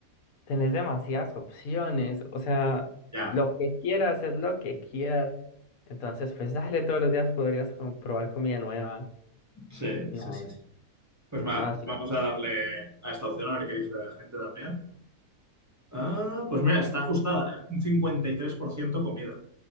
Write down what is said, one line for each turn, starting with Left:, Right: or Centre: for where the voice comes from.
Left: Tenés demasiadas opciones, o sea,
Right: Ya,
Left: lo que quieras es lo que quieras. Entonces, pues dale, todos los días podrías como probar comida nueva.
Right: sí,
Left: Nice.
Right: sí, sí. sí. Pues va,
Left: Ah, sí,
Right: vamos
Left: sí.
Right: a darle a esta opción a ver qué dice la gente también. Ah, pues mira, está ajustada, ¿eh? Un 53% comida.